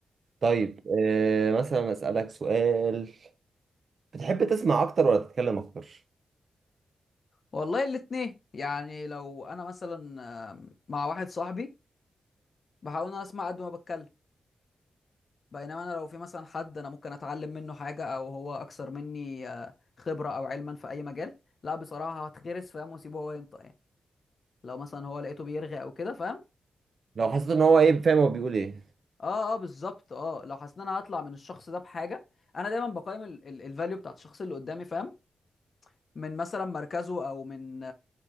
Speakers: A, on the right (about 55°); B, on the left (about 50°).
A: طيب آه مثلا اسألك سؤال بتحب تسمع اكتر ولا تتكلم اكتر
B: والله الاتنين يعني لو انا مثلا آم، مع واحد صاحبي بحاول ان انا اسمع قد ما بتكلم بينما انا لو في مثلا حد انا ممكن اتعلم منه حاجه او هو اكثر مني آه، خبره او علما في اي مجال لا بصراحه هتخرس فاهم واسيبه هو ينطق يعني لو مثلا هو لقيته بيرغي او كده فاهم
A: لو حسيت ان هو ايه فاهم هو بيقول ايه
B: اه اه بالظبط اه لو حسيت ان انا هطلع من الشخص ده بحاجه انا دايما بقيم الفاليو بتاعت الشخص اللي قدامي فاهم من مثلا مركزه او من